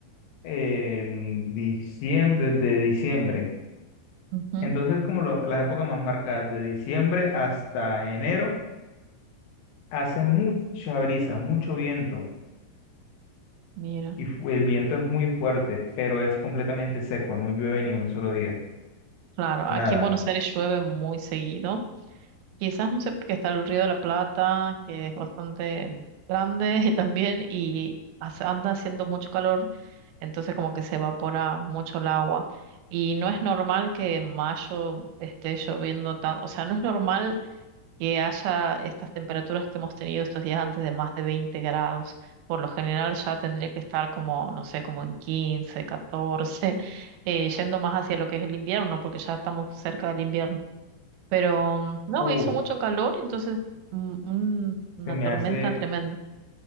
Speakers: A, on the left; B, on the right.
A: en diciembre, desde diciembre.
B: Ujú,
A: Entonces, como lo- las épocas más marcadas, de diciembre hasta enero, hace mucha brisa, mucho viento,
B: mira,
A: y fu- el viento es muy fuerte, pero es completamente seco, no llueve ni un solo día,
B: claro,
A: nada.
B: aquí en Buenos Aires llueve muy seguido Quizás no sé porque está el Río de la Plata, que es bastante grande <laughs> y también y hace- anda haciendo mucho calor, entonces como que se evapora mucho el agua. Y no es normal que en mayo esté lloviendo tan, o sea, no es normal que haya estas temperaturas que hemos tenido estos días antes de más de 20 grados. Por lo general ya tendría que estar como, no sé, como en quince catorce eh, yendo más hacia lo que es el invierno, porque ya estamos cerca del invierno. Pero mm, no,
A: Uh,
B: hizo mucho calor, entonces mm, un- una
A: se me
B: tormenta
A: hace,
B: tremenda.